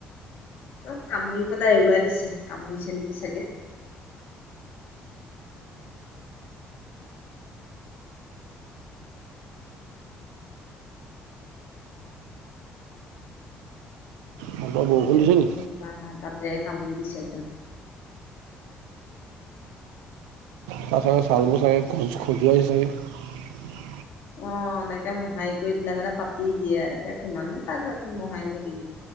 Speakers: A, on the left (about 60°); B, on the right (about 75°).
A: চব কামুৰি পেলাই এৰুৱাই দিছে কামুৰিছে নেকি চাগে
B: মটৰ বৰষুণ
A: নাইহোৱা
B: দিছে নি
A: তাত মহে কামোৰিছে একদম
B: তাৰ চাগে চালবোৰ চাগে খজুৱাইছে চাগে
A: আহ এনেকে মোহাৰি কৰি দিলাই মানে পাতি দিয়ে এতিয়া কিমানন তাক এখন মোহাৰি থাকিবি